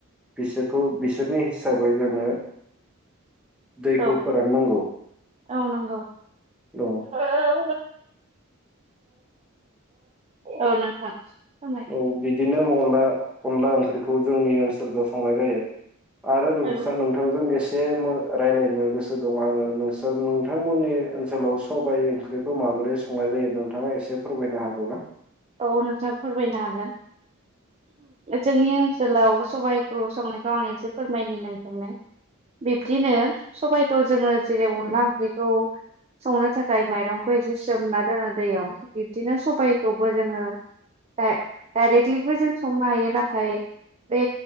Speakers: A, in the centre; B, on the right.
A: बिसोरखौ बिसोरनि हिसाबै जोङो दैखौ
B: औ
A: फोराननांगौ
B: औ नंगौ
A: औ
B: <unintelligible> औ नोंथां फोरमाय
A: औ बिदिनो अनला अनला ओंख्रिखौ जोंनि ओनसोलजों संनाय जायो। आरो नोंस्रा
B: औ
A: नोंथांजों एसे एसे मो राजलायनो गोसो दं आङो नोंसा नोंथांमोननि ओनसोलाव सबाय ओंख्रिखौ माबोरै माबोरै संनाय जायो नोंथाङा एसे फोरमायनो हागौ ना?
B: औ नोंथां फोरमायनो हागोन। जोंनि ओनसोलाव सबाइखौ संनायखौ आं एसे फोरमायनि नोंथांनो बिब्दिनो सबायखौ जोङो जेरै अनला ओंख्रैखौ संनो थाखाय माइरंखौ एसे सोमना दोनो दैयाव बिब्दिनो सबाइखौबो जोङो दाय दाइरेक्टलिबो जों संनो हायो नाथाय बे